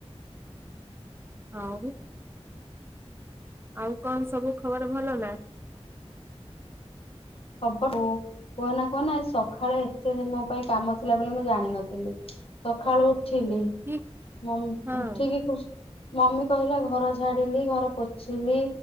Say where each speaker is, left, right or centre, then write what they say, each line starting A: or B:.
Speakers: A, on the right; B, on the left.
A: ଆ ହୁ। ଆଉ କଣ ସବୁ ଖବର ଭଲ ନା?
B: ଖବର କୁ କୁହନା କୁହନା ସଖାଳେ ଏତେ ମୋ ପାଇଁ କାମ ଥିଲା ବୋଲି ମୁଁ ଜାଣିନଥିଲି। ସଖାଳୁ ଉଠିଲି
A: କି
B: ମମ୍
A: ହଁ।
B: ଉଠିକି ଖୁସ୍ ମମି କହିଲା ଘର ଝାଡିଲି ଘର ପୋଛିଲି